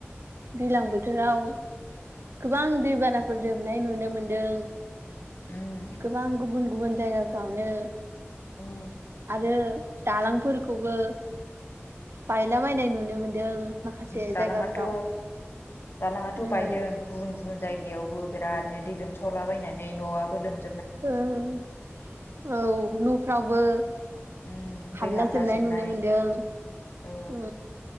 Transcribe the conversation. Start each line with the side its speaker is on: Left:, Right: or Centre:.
Right: दैलां बोथोराव गोबां दैबाना फोजोबनाय नुनो मोन्दों
Left: उम
Right: गोबां गुबुन गुबुन जायगाफ्रावनो
Left: उम
Right: आरो दालांफोरखौबो बायला बायनाय नुनो मोनदों। माखासे
Left: दलांआथ'
Right: जायगाफ्राव
Left: दालाङाथ'
Right: उम
Left: बायदों गुबुन गुबुन जायगायाव यावबो बिरादनो दै लोमसावलाबायनानै न'आबो लोम
Right: ओं औ न'फ्रावबो
Left: उम
Right: हाबला
Left: दै हाबलाजोबनाय
Right: जोबनाय नुनो मोनदों।
Left: औ